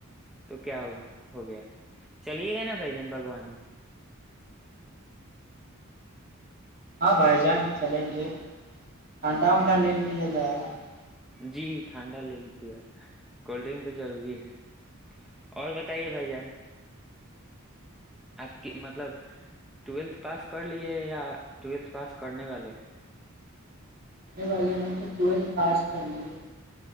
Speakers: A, in the centre; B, on the right (about 45°).
A: تو کیا ہوگا ہو گیا چلیے گا نا بھائی جان بھگوان
B: ہاں بھائی جان چلیں گے انڈا
A: جی
B: ونڈا لے لیا جائے گا ہ <unintelligible>
A: جی ٹھنڈا لے لیجیے گ کولڈ ڈرنک تو ضروری ہے اور بتائیے بھائی جان آپ مطلب ٹویلھ پاس کر لیے یا ٹویلھ پاس کرنے والے ہیں
B: واللین ٹویلھ پاس کر لیے